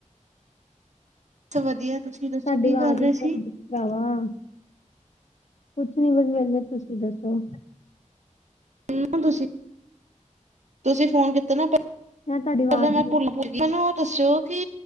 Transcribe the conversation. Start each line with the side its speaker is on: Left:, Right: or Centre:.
Right: ਬਸ ਵਧੀਆ ਤੁਸੀਂ ਦੱਸੋ
Left: ਤੁਹਾਡੀ
Right: ਕੀ
Left: ਆਵਾਜ਼
Right: ਕਰ ਰਹੇ
Left: ਨੀ
Right: ਸੀ?
Left: ਆਂਦੀ ਪਈ। ਭਰਾਵਾ, ਕੁਛ ਨੀ ਬਸ ਵੇਲੇ ਤੁਸੀਂ ਦੱਸੋ।
Right: <unintelligible> ਤੁਸੀਂ, ਤੁਸੀਂ ਫੋਨ ਕੀਤਾ ਨਾ <unintelligible>
Left: ਮੈਂ ਤੁਹਾਡੀ ਆਵਾਜ਼
Right: ਮੈਨੂੰ ਓ ਦਸੋਂ ਕਿ